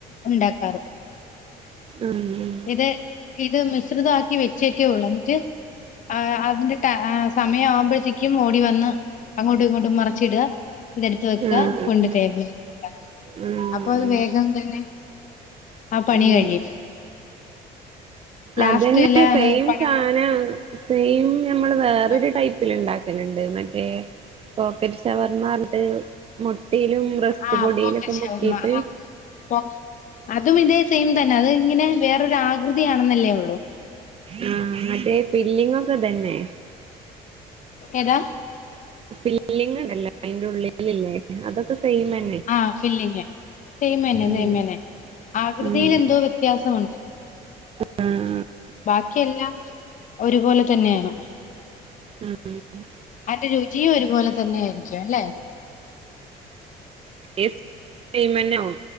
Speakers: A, on the left; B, on the right.
A: ഉണ്ടാക്കാറ്
B: ആഹ്, ആഹ്
A: ഇത് ഇത് മിശ്രിതമാക്കി വെച്ചേക്കേ ഒള്ളൂ എന്നിട്ട് ആ അതിന്റെ ടൈ സമയം ആവുമ്പോഴത്തേക്കും ഓടി വന്ന് അങ്ങോട്ടും ഇങ്ങോട്ടും മറിച്ചിട ഇതെടുത്ത് വെക്കാ
B: ഉം.
A: കൊണ്ട് ടേബിളിൽ വെക്ക
B: ഉം.
A: അപ്പൊ അത് വേഗം തന്നെ ആ പണി
B: ഉം.
A: കഴിയും ലാസ്റ്റിലാണ്
B: അതന്നെ സെയിം
A: പഴങ്ങൾ
B: സാനാണ് സെയിം ഞമ്മള് വേറൊരു
A: ആ
B: ടൈപ്പിൽ ഇണ്ടാക്കലണ്ട് മറ്റേ പോക്കറ്റ് ഷവർമാറിഞ്ഞിട്ട് മുട്ടീലും റെസ്ക്
A: ആ
B: പൊടിയിലൊക്കെ
A: പോക്കറ്റ് ഷവർമ്മ
B: മുക്കീട്ട്
A: ആ പോ അതും ഇതേ സെയിം തന്നെ അത് ഇങ്ങനെ വേറൊരു ആകൃതിയാണെന്നല്ലേ ഒള്ളൂ
B: ആഹ് മറ്റേ ഫില്ലിങ് ഒക്കെ ഇതന്നെ
A: ഏതാ
B: ഫില്ലിങ് ഇണ്ടല്ലോ അതിന്റെ ഉള്ളിലില്ലേ അതൊക്കെ സെയിമ് എ
A: ആഹ് ഫില്ലിങ് സെയിമെന്നെ
B: ഉം
A: സെയിമെന്നെ ആകൃതീൽ
B: ഉം.
A: എന്തോ വെത്യാസമുണ്ട്
B: ആഹ്
A: ബാക്കിയെല്ലാം ഒരുപോലെ തന്നെയാണോ
B: ഉം
A: അയിന്റെ രുചിയും ഒരുപോലെ തന്നെ ആയിരിക്കും അല്ലെ
B: എസ് സെയിമെന്നാവും